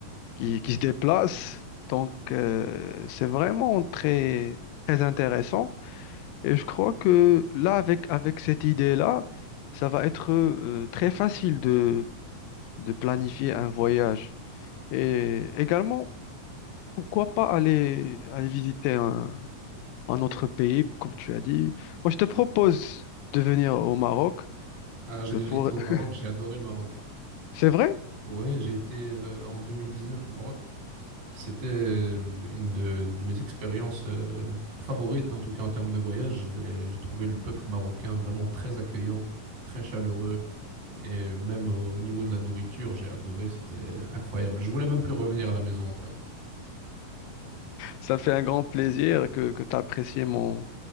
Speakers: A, on the left (about 90°); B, on the right (about 80°).
A: qui, qui se déplacent. Donc, euh, c'est vraiment très, très intéressant. Et je crois que là, avec, avec cette idée-là, ça va être euh, très facile de, de planifier un voyage. Et également, pourquoi pas aller, aller visiter un, un autre pays, comme tu as dit. Moi, je te propose de venir au Maroc.
B: Ah, j'ai
A: Je
B: déjà
A: pourrais...
B: été au
A: <laughs>
B: Maroc, j'ai adoré le Maroc.
A: C'est vrai,
B: Ouais, j'ai été euh, en 2019 au Maroc. C'était euh, une de, de mes expériences euh, favorites, en tout cas en termes de voyage. J'ai j'ai trouvé le peuple marocain vraiment très accueillant, très chaleureux. Et même au, au niveau de la nourriture, j'ai adoré, c'était incroyable. Je voulais même plus revenir à la maison après.
A: ça me fait un grand plaisir que, que tu apprécies mon,